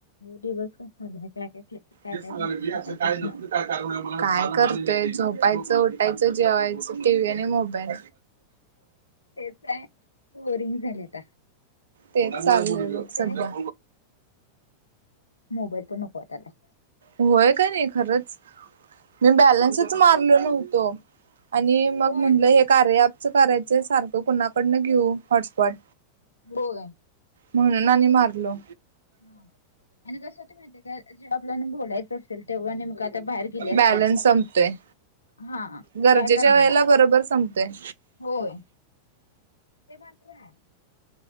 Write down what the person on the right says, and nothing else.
काय
करते झोपायचं च उटायच जेवायचं टीव्ही आणि मोबाईल
तेच चाललंय बघ सध्या.
होय का नाही खरचं मी बॅलन्सच मार - व्हवतो आणि मगं
म्हणलं हे कार्या - करायचं सारखं कुणाकडनं घेऊ हॉटस्पॉट.
म्हणून आणि मारलो.
बॅलन्स संपतोयं.
गरजेच्या
वेळेला बरोबर संपतोयं.